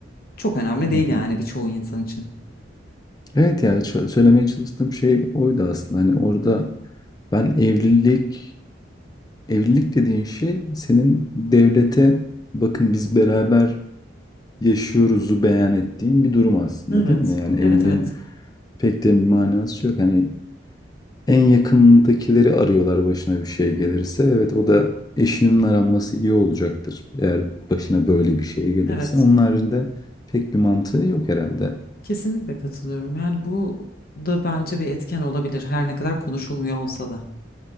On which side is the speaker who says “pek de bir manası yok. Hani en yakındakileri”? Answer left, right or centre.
Left